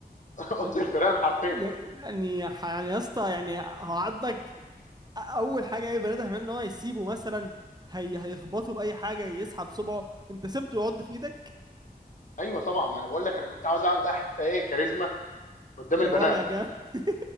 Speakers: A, on the left; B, on the right.
A: <laughs> اوضه الفيران حرفيا
B: يعني ح- يعني يا اسطى يعني هو عضك اول حاجه اي بني ادم هيعمل ان هو يسيبه مثلا هي هيخبطه باي حاجه يسحب صبعه انت سبته يعض في ايدك
A: ايوه طبعا ما انا بقول لك انا كنت عاوز اعمل بقى حته ايه كاريزما قدام
B: يا
A: البنات
B: ولا يا جامد